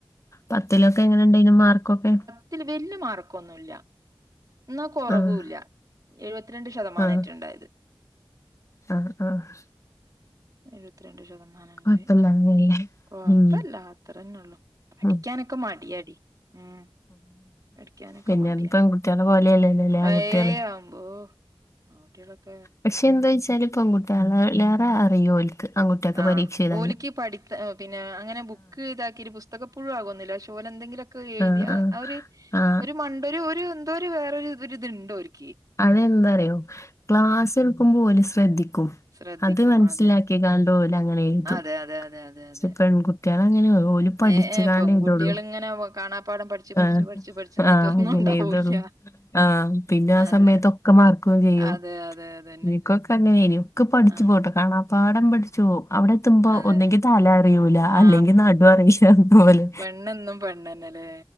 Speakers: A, on the left; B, on the right.
A: പത്തിലൊക്കെ എങ്ങനെ ണ്ടായിരുന്നു മാർക്കൊക്കെ
B: ത്തി ല് വല്യ യ മാർക്കൊന്നൂല്ല എന്ന കൊറവൂല്ല
A: ആഹ്
B: എഴുപത്തിരണ്ട് ശതമാനറ്റെ
A: ആഹ്
B: ണ്ടായത്.
A: ആഹ് ആഹ്
B: എഴുപത്തിരണ്ട് ശതമാനം
A: കൊഴപ്പല്ലായിരുന്നല്ലേ
B: ണ്ടായെ കൊഴപ്പല്ല
A: ഉം
B: അത്രന്നോള്ളു പഠിക്കാനൊക്കെ
A: ഉം
B: മടിയാടി ഉം. പടിക്കാനൊക്കെ
A: പിന്നെ
B: മടിയാണ്
A: അത് പെൺകുട്ടികളെ പോലെയല്ലല്ലോല്ലേ ആൺകുട്ടികള്
B: ഏയ് അമ്പോ ആ കുട്ടികളൊക്കെ
A: പക്ഷെ എന്താച്ചാല് ഇപ്പ പൺകുട്ടാ ളീല്ലേറെ അറിയോൽക്ക് ആൺകുട്ടിയാക്ക്
B: ആഹ്
A: പരീക്ഷ എഴുതാൻ.
B: ഓലിക്ക് പഠിത്ത പിന്നെ അങ്ങനെ ബുക്ക് ഇതാക്കീട്ട് പുസ്തകം പുഴവാകൊന്നില്ല പക്ഷേഓലെന്തേങ്കിലൊക്കെ എഴുതിയ
A: ആഹ് ആഹ്
B: ഒര്
A: ആഹ്
B: ഒരു മണ്ടൂര് ഒരു എന്തൊരു വേറരുരിത്ണ്ടോര്ക്ക്.
A: അതെന്താറിയോ ക്ലാസ്ട്ക്കുമ്പോല് ശ്രദ്ധിക്കും.
B: ശ്രദ്ധിക്കും
A: അത് മനസ്സിലാക്കികാണ്ട്
B: അതെ
A: ഓലങ്ങനെ എഴുതും
B: അതെ അതെ അതെ അതെ അതെ
A: ക്ഷേ പെൺകുട്ട്ട്യാളങ്ങനെഓൽ പഠിച്ച്കാണ്ടെ
B: ഏ ഏ പെൺകുട്ടികളിങ്ങനെ
A: ഇതുള്ളൂ
B: കാണാപ്പാഠം പഠിച്ച് പഠിച്ച്
A: ആ
B: പഠിച്ച് പഠിച്ച് എന്നിട്ട്
A: ആഹ്
B: ഒന്നും
A: അങ്ങനെഴ്തൊള്ളൂ
B: ഉണ്ടാവൂല്ല.
A: ആ ഹ്പിന്നെ
B: അതെ.
A: സമയത്തൊക്കെ മാർക്കും ചെയ്യും
B: അതെ അതെ അതന്നെ.
A: ഇക്കാക്ക അങ്ങനെയ്നി ഒക്ക പഠിച്ചു
B: ആ
A: പോവുട്ടോ കാണാപ്പാഠം പഠിച്ചു പോവും അവിടെ എത്തുമ്പോ
B: അതെ.
A: ഒന്നങ്കി തല അറിയൂല
B: ആ
A: അല്ലെങ്കിൽ നടു അറിയീല്ല അതുപോലെ
B: പെണ്ണെന്നും പെണ്ണെന്നെല്ലേ?